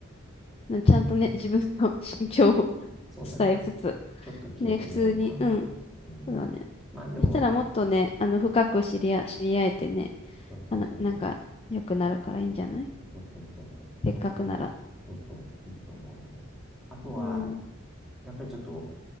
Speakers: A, on the left; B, in the centre.
A: なちゃんとね、自分の <laughs> 心境を
B: そうだね。
A: <laughs> 伝えつつ、
B: ちょっと聞いてみようかな。
A: ね、普通に、うん、
B: うん。
A: そうだね。
B: まあでも、
A: そしたらもっとね、あの、深く知り合、知り合えてね、
B: そうそうそうそう。
A: あの、なんか、良くなるからいいんじゃない
B: そうそうそうそう。だからまあ、
A: せっかくなら。
B: そうそう、いいと思うんだよね。あとは、
A: うん、
B: やっぱりちょっと、